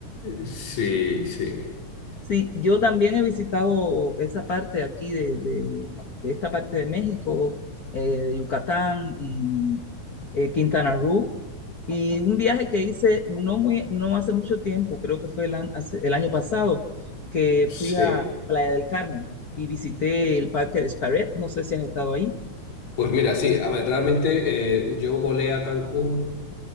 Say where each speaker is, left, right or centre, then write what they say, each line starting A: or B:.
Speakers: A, on the left (about 60°); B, on the left (about 40°).
A: Sí, sí.
B: Sí, yo también he visitado esa parte aquí de, de- de esta parte de México, eh, de Yucatán y eh, Quintana Roo. Y un viaje que hice no muy, no hace mucho tiempo, creo que fue el, an- hace- el año pasado, que
A: Sí,
B: fui a Playa del Carmen y visité el Parque de Xcaret. No sé si has estado ahí.
A: pues mira, sí, a ver, realmente eh, yo volé a Cancún